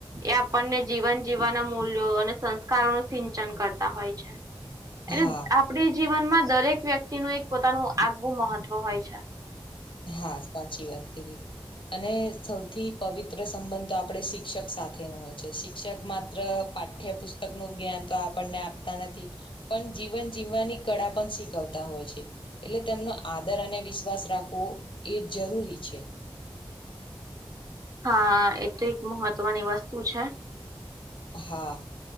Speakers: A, on the right; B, on the left.
A: એ આપણને જીવન જીવવાના મૂલ્યો અને સંસ્કારો નું સિંચન કરતા હોય છે. એટલે
B: હા
A: આપડે જીવનમાં દરેક વ્યક્તિનું એક પોતાનું આગવું મહત્વ હોય છે.
B: હા, સાચી વાત કીધી. અને સૌથી પવિત્ર સંબંધ તો આપણે શિક્ષક સાથે નો હોય છે. શિક્ષક માત્ર પાઠ ઠ્યપુસ્તક નું જ્ઞાન તો આપણને આપતા નથી પન જીવન જીવવાની કળા પણ શીખવતા હોય છે. એટલે તેમનો આદર અને વિશ્વાસ રાખવો એ જ જરૂરી છે.
A: હા, એ તો એક મહત્વની વસ્તુ છે.
B: હા.